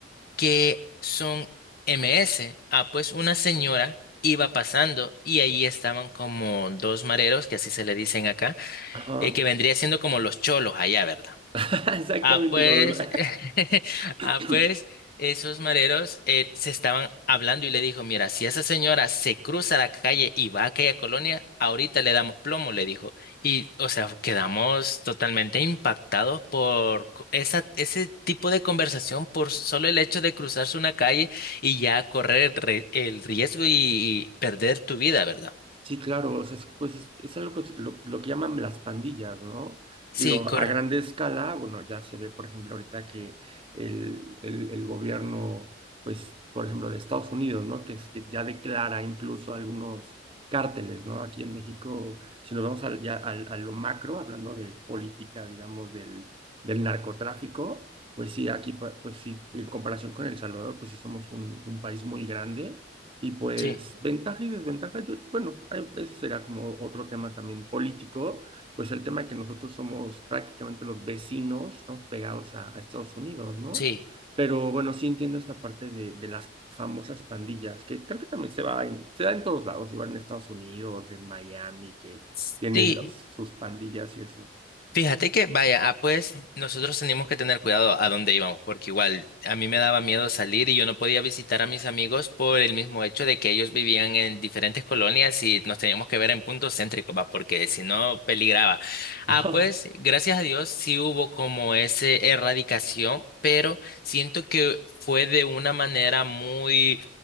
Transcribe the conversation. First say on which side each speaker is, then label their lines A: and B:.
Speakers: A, on the left; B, on the right.
A: que son MS. Ah, pues una señora iba pasando y ahí estaban como dos mareros, que así se le dicen acá,
B: Ajá.
A: eh, que vendría siendo como los cholos allá, ¿verdad?
B: <laughs> Exactamente
A: Ah, pues,
B: como lo-
A: <laughs>
B: <coughs>
A: ah, pues,
B: <laughs>
A: esos mareros eh, se estaban hablando y le dijo, mira, si esa señora se cruza la calle y va a aquella colonia, ahorita le damos plomo, le dijo. Y, o sea, quedamos totalmente impactados por co- esa, ese tipo de conversación, por solo el hecho de cruzarse una calle y ya correr re- el riesgo y, y perder tu vida, ¿verdad?
B: Sí, claro, o sea, es, pues es, es algo que, se- lo, lo que llaman las pandillas, ¿no?
A: Sí,
B: Digo,
A: corre.
B: a grande escala, bueno, ya se ve, por ejemplo, ahorita que el, el, el gobierno, pues, por ejemplo, de Estados Unidos, ¿no? Que, es- que ya declara incluso algunos cárteles, ¿no? Aquí en México, si nos vamos al, ya al- a lo macro, hablando de política, digamos, del, del narcotráfico, pues sí, aquí, pa- pues sí, en comparación con El Salvador, pues sí somos un, un país muy grande y pues
A: Sí,
B: ventaja y desventaja, yo- bueno, hay- ese será como otro tema también político, pues el tema que nosotros somos prácticamente los vecinos, estamos pegados a, a Estados Unidos, ¿no?
A: sí.
B: Pero bueno, sí entiendo esta parte de, de las famosas pandillas, que creo que también se va en- se da en todos lados, igual en Estados Unidos, en Miami, que
A: Sí,
B: tienen los- sus pandillas y eso.
A: Fíjate que, vaya, ah, pues nosotros teníamos que tener cuidado a dónde íbamos, porque igual a mí me daba miedo salir y yo no podía visitar a mis amigos por el mismo hecho de que ellos vivían en diferentes colonias y nos teníamos que ver en puntos céntricos, va, porque si no peligraba.
B: <laughs>
A: Ah, pues gracias a Dios sí hubo como ese erradicación, pero siento que fue de una manera muy,